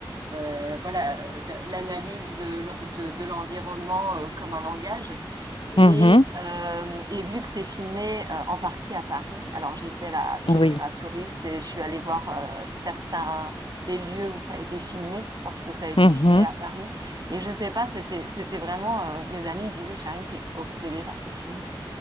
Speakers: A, on the right; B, on the left.
A: euh, voilà euh, l'analyse de, l'en- de, de l'environnement euh, comme un langage. Et,
B: Mhm.
A: euh, et vu que c'est filmé euh, en partie à Paris, alors j'ai fait la, j'ai
B: oui.
A: fait ma touriste et je suis allée voir euh, certains les lieux où ça a été filmé lorsque ça a été
B: Mhm.
A: filmé à Paris. Et je sais pas, c'était c'était vraiment euh, mes amis me disaient Charine, t'es obsédée par ce film.